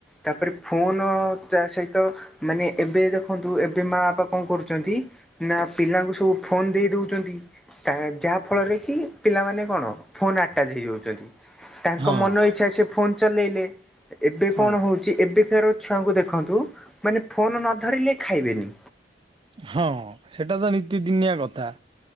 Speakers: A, in the centre; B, on the right (about 30°).
A: ତାପରେ ଫୋନ ଚା ସହିତ ମାନେ ଏବେ ଦେଖନ୍ତୁ ଏବେ ମା ବାପା କଣ କରୁଛନ୍ତି? ନା ପିଲାଙ୍କୁ ସବୁ ଫୋନ ଦେଇଦଉଛନ୍ତି। ଯାହା ଫଳରେ କି ପିଲାମାନେ କଣ ଫୋନ ଆଟାଚ ହେଇଯାଉଛନ୍ତି। ତାଙ୍କ
B: ହଁ
A: ମନ ଇଚ୍ଛା ସେ ଫୋନ ଚଲେଇଲେ ଏବେ
B: ହଁ
A: କଣ ହଉଛି ଏବେ ଏବେକାର ଛୁଆଙ୍କୁ ଦେଖନ୍ତୁ ମାନେ ଫୋନ ନ ଧରିଲେ ଖାଇବେନି।
B: ହଁ ସେଟା ତ ନତିଦିନିଆ କଥା।